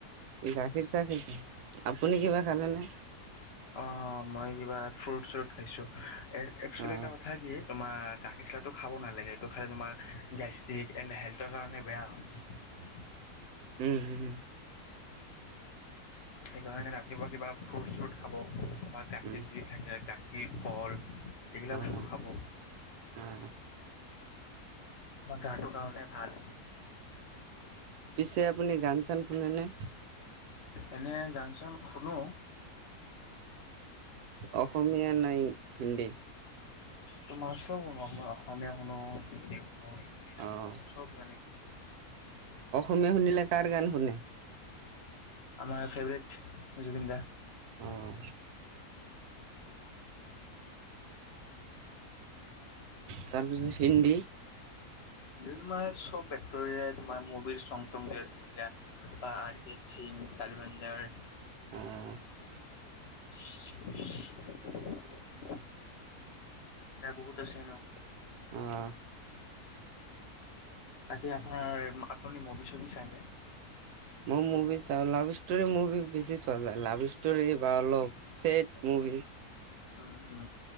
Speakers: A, on the right (about 80°); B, on the left (about 50°).
A: এই গাখীৰ চাহ খাইছো আপুনি কিবা খালে নে
B: অ মই কিবা ফ্ৰুট চ্ৰুট খাইছো এ একচুৱেলি
A: অ
B: এটা কথা কি তোমাৰ গাখীৰ চাহটো খাব নালাগে এইটো খালে তোমাৰ গেষ্টিক এন্দ হেল্থৰ কাৰণে বেয়া হয়
A: উম হোম
B: সেইকাৰণে ৰাতিপুৱা কিবা ফ্ৰুট চ্ৰুট খাব বা গাখীৰ
A: উম
B: যদি থাকে গাখীৰ গাখীৰ কল এইবিলাক
A: অ
B: বস্তু খাব
A: অ'
B: তোমাৰ গাটো কাৰণে ভাল
A: পিছে আপুনি গান চান শুনেনে
B: এনে গান চান শুনো
A: অসমীয়া নাই হিন্দী
B: তোমাৰ চব শুনো তোমাৰ অসমীয়া শুনো হিন্দী শুনো ইংলিছ
A: অ'
B: শুনো চব গানে শুনো
A: অসমীয়া শুনিলে কাৰ গান শুনে
B: আমাৰ ফেভৰেট জুবিন দা
A: অ' তাৰপিছত হিন্দি
B: এ তোমাৰ চব একতৰে তোমাৰ মুভিৰ চং বা আৰ্জিত চিং তালবেন্দাৰ
A: অহ
B: <unintelligible> এয়া বহুত আছে এনেও
A: অহ
B: তাকে আপোনাৰ আপুনি মভি চভি চাইনে।
A: মই মুভি চাওঁ লাভ ষ্টৰি মুভি বেছি চোৱা যায় লাভ ষ্টৰি বা অলপ বা ছেদ। কুই।
B: উম উম